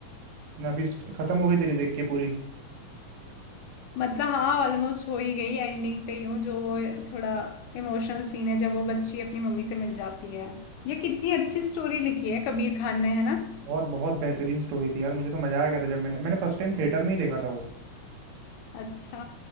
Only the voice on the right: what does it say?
ना अभी स्ट- खत्म हो गई तेरी देख के पूरी
बहुत बहुत बेहतरीन स्टोरी थी यार मुझे तो मजा आ गया था जब मैंने मैंने फर्स्ट टाइम थिएटर में ही देखा था वो